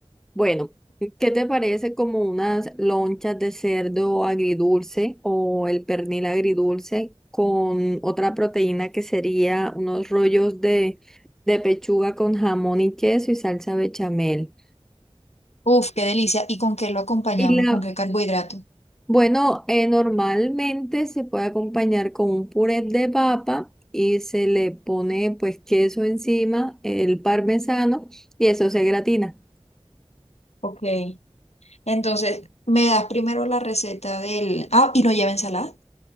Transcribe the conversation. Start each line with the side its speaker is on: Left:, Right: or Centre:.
Centre: Bueno, ¿qué te parece como unas lonchas de cerdo agridulce o el pernil agridulce con otra proteína que sería unos rollos de, de pechuga con jamón y queso y salsa bechamel?
Left: Uf, qué delicia. ¿Y con qué lo acompañamos?
Centre: Y la,
Left: ¿Con qué carbohidrato?
Centre: bueno, eh, normalmente se puede acompañar con un puré de papa y se le pone pues queso encima, el parmesano y eso se gratina.
Left: Ok. Entonces, me das primero la receta del... Ah, ¿y no lleva ensalada?